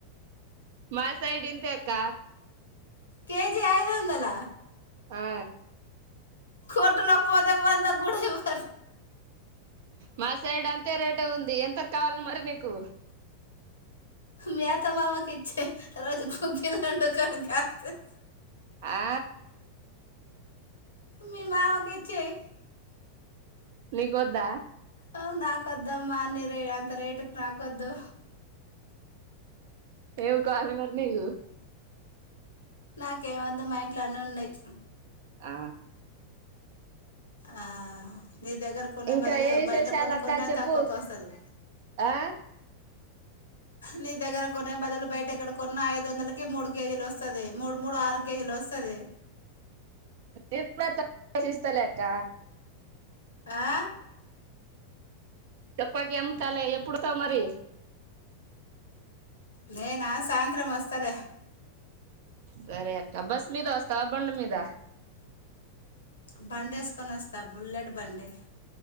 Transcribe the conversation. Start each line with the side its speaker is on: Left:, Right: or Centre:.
Right: మా సైడ్ ఇంతే అక్క
Left: కేెజీ ఐదు వందల
Right: హా
Left: కొట్టు లోకి పోతే వంద కుడ ఇవర్
Right: మా సైడ్ అంతే రేటు ఉంది. ఎంతకు కావాలి మరి నీకు?
Left: మేత మామకి ఇచ్చేయి రోజు గుగ్గిలండుకొని కాస్తారు.
Right: ఆ
Left: మీ మామకి ఇచ్చేయి.
Right: నీకు వద్దా?
Left: ఓ నాకొద్దమ్మా అన్ని రే అంత రేటుకి నాకొద్దు.
Right: ఏం కావాలి మరి నీకు?
Left: నాకేమద్దు మా ఇంట్ల అన్నీ ఉన్నయి.
Right: ఆ
Left: ఆ, నీ దగ్గర కొనే
Right: ఇంకా
Left: బదులు
Right: ఏ విశేషాలు
Left: బయట కొనుకున్న
Right: అక్క చెప్పు
Left: తక్కువకు వస్తది.
Right: ఆ
Left: నీ దగ్గర కొనే బదులు బయట ఎక్కడ కొన్నా ఐదు వందలకి మూడు కేజీలు వస్తది. మూడు మూడు ఆరు కేజీలు వస్తది.
Right: నేను కూడా తక్కువకి ఇస్తాలే అక్క
Left: ఆ
Right: చెప్పకి అమ్ముతాలి ఎప్పుడుతా మరి
Left: నేనా సాయంత్రం వస్తలే.
Right: సరే అక్క బస్ మీద వస్తవ, బండి మీద
Left: బండి ఏసుకొని అస్తా బుల్లెట్ బండి.